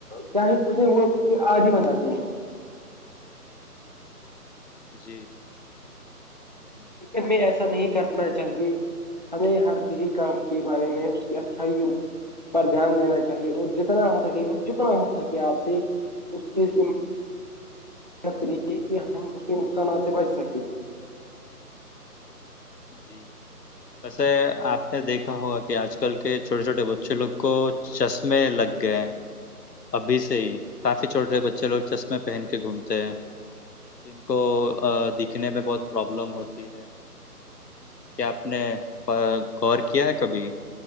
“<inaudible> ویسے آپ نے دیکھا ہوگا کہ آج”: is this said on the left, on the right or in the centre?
Left